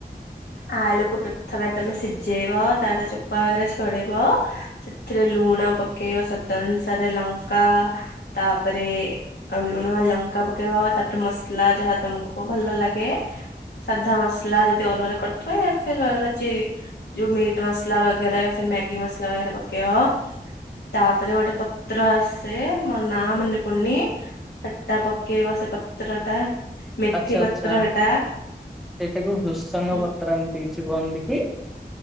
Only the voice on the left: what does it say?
ଆଳୁକୁ ପ୍ରଥମେ ତମେ ସିଝେଇବ ତାପରେ ତାର ଚୋପା ବଗେରା ଛଡେଇବ। ସେଥିରେ ଲୁଣ ପକେଇବା ସ୍ବାଦ ଅନୁସାରେ ଲଙ୍କା ତାପରେ। ଆଉ ଲୁଣ ଲଙ୍କା ପକେଇବ ତାପରେ ମସଲା ଯାହା ତମକୁ ଭଲ ଲାଗେ। ସାଧା ମସଲା ଯଦି ଅରୁଆରେ କରିଥିବ ଏଥିରେ ଅଛି। ଯୋଉ ମିଟ ମସଲା ବଗେରା ୟା ଫିର୍ ମ୍ୟାଗି ମସଲା ବଗେରା ପକେଇବ। ତାପରେ ଗୋଟେ ପତ୍ର ଆସେ ମୋର ନାଁ ମନେ ପଡୁନି। ସେଟା ପକେଇବ ସେ ପତ୍ର ଟା। ମେଥି
ପତ୍ର
ହେଟା
ହୁଁ